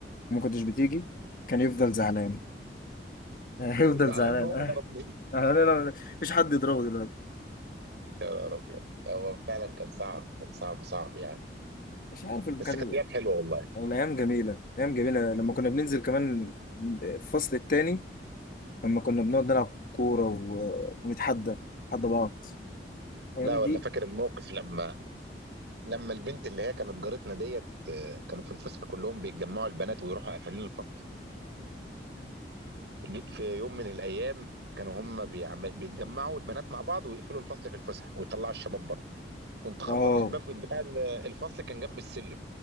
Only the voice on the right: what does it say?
زعلان
إن هو
ما ضربنيش،
يا نهار أبيض! هو فعلًا كان صعب، كان صعب، صعب يعني،
بس كانت
أيام حلوة والله.
لا والّا
فاكر الموقف لمّا لما البنت اللي هي كانت جارتنا ديت آه، كانوا في الفسحه كلهم بيتجمعوا البنات ويروحوا قافلين الفصل جيت في يوم من الايام كانوا هم بيعم- بيتجمعوا البنات مع بعض ويقفلوا الفصل في الفسحه ويطلعوا الشباب بره كنت اخبط
الباب بتاع ال- الفصل كان جنب السلم